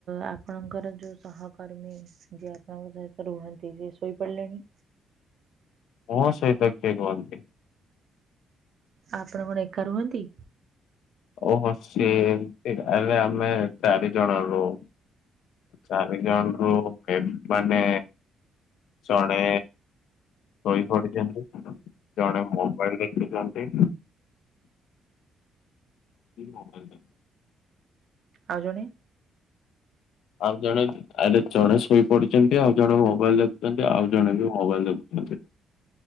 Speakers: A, on the right; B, on the left.
A: ଆପଣଙ୍କର ଯୋଉ ସହକର୍ମୀ ଯିଏ ଆପଣଙ୍କ ସହିତ ରୁହନ୍ତି, ସିଏ ଶୋଇପଡିଲେଣି?
B: କଣ ସହିତ କିଏ ରୁହନ୍ତି?
A: ଆପଣ କଣ ଏକା ରୁହନ୍ତି?
B: ଓହୋ, ସିଏ ଏ ଗାଁରେ ଆମେ ଚାରିଜଣ ରହୁ। ଚାରିଜଣରୁ ମାନେ ଜଣେ ଶୋଇପଡିଛନ୍ତି, ଜଣେ ମୋବାଇଲ ଦେଖୁଛନ୍ତି ମୋବାଇଲ୍ ଦେ।
A: ଆଉ ଜଣ?
B: ଆଉ ଜଣେବି ଆରେ ଜଣେ ଶୋଇପଡିଚନ୍ତି ଆଉ ଜଣେ ମୋବାଇଲ ଦେଖୁଚନ୍ତି ଆଉ ଜଣେ ବି ମୋବାଇଲ ଦେଖୁଚନ୍ତି।